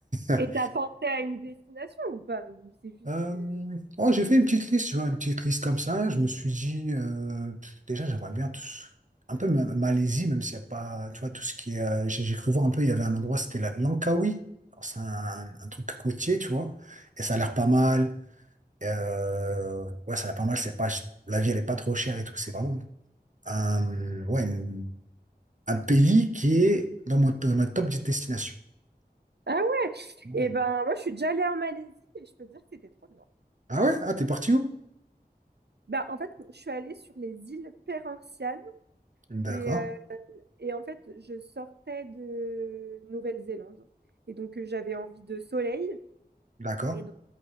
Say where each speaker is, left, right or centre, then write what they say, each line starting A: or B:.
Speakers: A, on the right (about 50°); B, on the right (about 85°).
A: <laughs>
B: Et t'as pensé à une destination ou pas? Ou c'est juste
A: Euh,
B: que...
A: oh, j'ai fait une petite liste, tu vois, une petite liste comme ça. Je me suis dit, euh, pff, déjà, j'aimerais bien tout, ce- un peu Ma- Malaisie, même s'il n'y a pas, tu vois, tout ce qui est. euh, j'ai j'ai cru voir un peu, il y avait un endroit, c'était la Langkawi. Alors, C'est un, un truc côtier, tu vois, et ça a l'air pas mal. Euh, ouais, ça a l'air pas mal. C'est pas, ch- la vie, elle est pas trop chère et tout. C'est vraiment un, ouais, une- un pays qui est dans mon, dans ma top des destinations.
B: Ah ouais?
A: Ouais.
B: Et ben moi je suis déjà allée en Malaisie et je peux te dire que c'était trop bien.
A: Ah ouais? Ah, t'es parti où?
B: Bah en fait je suis allée sur les îles Perhentianes
A: D'accord,
B: et, euh, et en fait je sortais de Nouvelle-Zélande et donc euh, j'avais envie de soleil.
A: d'accord.
B: Et